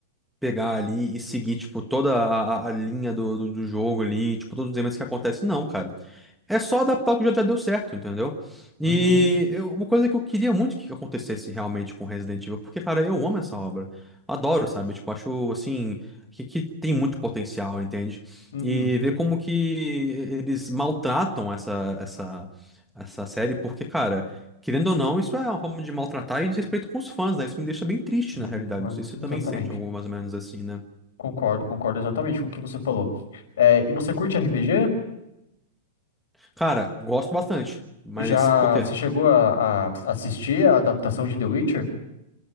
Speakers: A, in the centre; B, on the left.
A: pegar ali e seguir, tipo, toda a, a- a linha do, do, do jogo ali, tipo, todos os eventos que acontecem, não, cara. É só adaptar o que já já deu certo, entendeu? E
B: Uhum,
A: eu- uma coisa que eu queria muito que acontecesse realmente com Resident Evil, porque, cara, eu amo essa obra. Adoro, sabe? Tipo, acho, assim, que, que tem muito potencial, entende?
B: uhum.
A: E ver como que eles maltratam essa, essa, essa série, porque, cara, querendo ou não, isso é uma forma de maltratar e desrespeito com os fãs, né? Isso me deixa bem triste,
B: Hum,
A: na realidade. Não sei se você também
B: é, exatamente.
A: sente algo mais ou menos assim, né?
B: Concordo, concordo exatamente com o que você falou. É, e você curte RPG?
A: Cara, gosto bastante, mas
B: Já
A: por quê?
B: você chegou a, a assistir a adaptação de The Witcher?